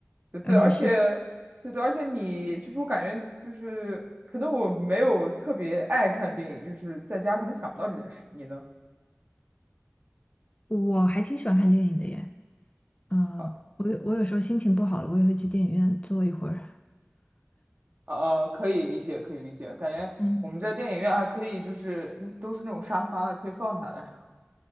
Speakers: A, on the right (about 40°); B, on the left (about 30°).
A: 对对，
B: 而且是，
A: 而且对对，而且你就是我感觉就是可能我没有特别爱看电影，就是在家可能想不到这件事。你呢？
B: 我还挺喜欢看电影的耶。嗯、
A: 啊
B: 我有我有时候心情不好了，我也会去电影院坐一会儿，
A: 呃，可以理解，可以理解，感觉我们在电影院还可以，
B: 嗯，
A: 就是嗯都是那种沙发的，可以放下来。